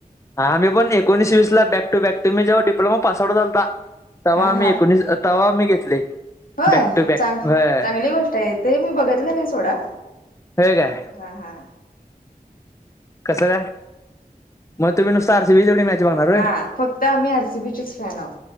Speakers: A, on the left; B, on the left.
A: हा मी पण एकोणीसवीस ला बॅ टू बॅक तुम्ही जेव्हा डिप्लोमा पास आउट झालता तव्हा
B: हा
A: आम्ही
B: हा
A: एकोणीस तव्हा आम्ही घेतले.
B: होय
A: बॅक टू बॅक
B: चांग
A: होय
B: चांगली गोष्ट आहे, ते मी बघितलं नाही सोडा.
A: व्हय काय?
B: हा.. हा
A: कसं काय? मग तुम्ही नुसता आरसीबी तेवढी मॅच बघणार होय
B: हा फक्त आम्ही आर सी बी चेच फॅन आहोत,